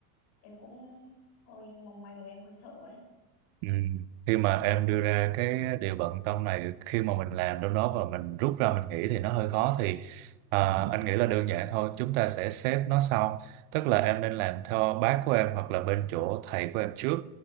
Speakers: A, on the left; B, on the right.
A: em cũng hơi mong manh em hơi sợ ấy
B: Ừ. Khi mà em đưa ra cái điều bận tâm này khi mà mình làm trong đó và mình rút ra mình nghĩ thì nó hơi khó thì à, anh nghĩ là đơn giản thôi chúng ta sẽ xếp nó sau tức là em nên làm theo bác của em hoặc là bên chỗ thầy của em trước